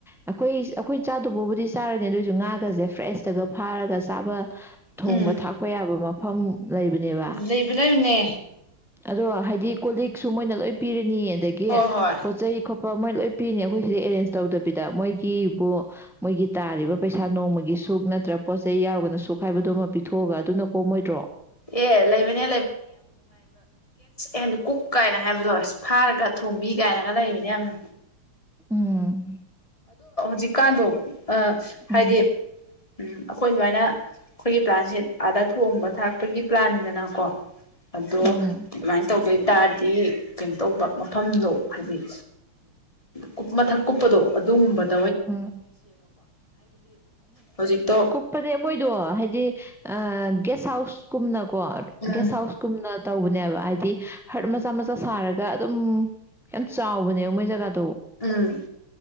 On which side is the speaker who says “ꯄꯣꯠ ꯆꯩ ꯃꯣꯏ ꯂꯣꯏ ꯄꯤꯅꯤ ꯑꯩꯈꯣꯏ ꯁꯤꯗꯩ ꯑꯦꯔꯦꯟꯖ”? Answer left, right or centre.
Centre